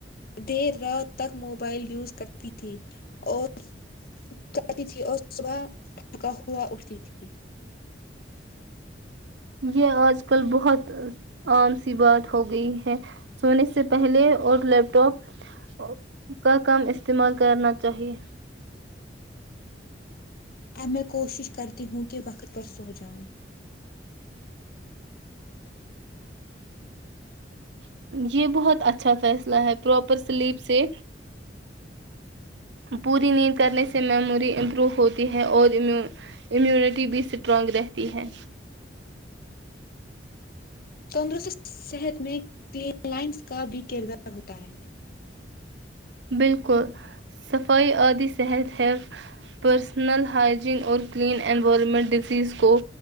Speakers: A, on the left (about 55°); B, on the right (about 70°).
A: دیر رات تک موبائل یوز کرتی تھی اور اٹ جاتی تھی اور صبح کا ہووا اٹھتی تھی
B: یہ آج کل بہت عام سی بات ہو گئی ہے سونے سے پہلے اور لیپ ٹاپ کا کم استعمال کرنا چاہیے
A: اب میں کوشش کرتی ہوں کہ وقت پر سو جاؤں
B: یہ بہت اچھا فیصلہ ہے پراپر سلیپ سے پوری نیند کرنے سے میموری امپروو ہوتی ہے اور امیونٹی بھی اسٹرانگ رہتی ہے <unintelligible>
A: تندرست صحت میں کلین لائنز کا بھی کردار ہوتا ہے
B: بالکل صفائی آدی صحت ہے پرسنل ہائجین اور کلین انوائرمنٹ ڈزیز کو